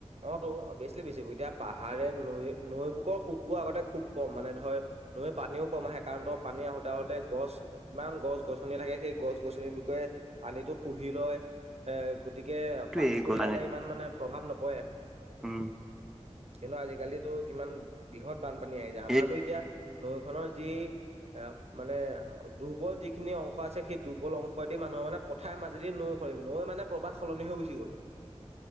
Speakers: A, on the right; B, in the centre.
A: অঁ তো অবিয়েশ্লী বেছি হব, এতিয়া পাহাৰে নৈ নৈ বুকৰ সুতবোৰ আগতে খুব কম মানে ধৰ- নৈ পানীও কম আহে কাৰণ তোৰ পানী আহোঁতে আহোঁতে গছ- কিমান গছ গছনি থাকে সেই গছ গছনি বিষয়ে পানীটো শুহি লয়। এ- গতিকে
B: এইটোৱে
A: পানীতো
B: গল
A: ইয়ালে
B: পানীত
A: ইমান মানে প্ৰভাৱ নপৰে।
B: উম'
A: কিন্তু আজিকালিতো কিমান বৃহৎ বানপানী আহি যায়। আমাৰতো
B: এই
A: এতিয়া- নৈখনৰ যি- এ মানে দুৰ্বল যিখিনি অংশ আছে সেই দুৰ্বল অংশ দি মানুহৰ মানে প- থাই মাজেদি নৈ হয়। নৈ মানে প্ৰবাহ সলনি হৈ গুচি গ'ল।